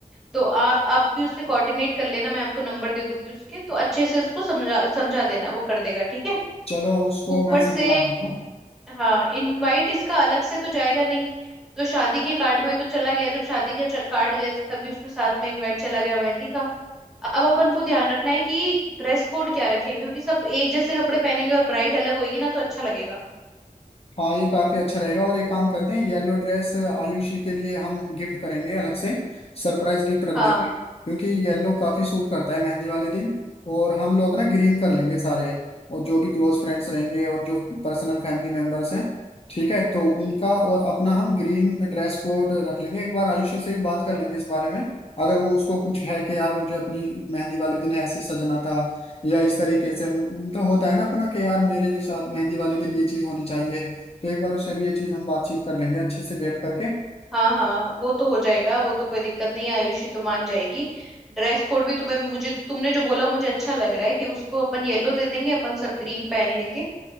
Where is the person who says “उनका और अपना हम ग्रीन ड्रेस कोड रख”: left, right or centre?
Left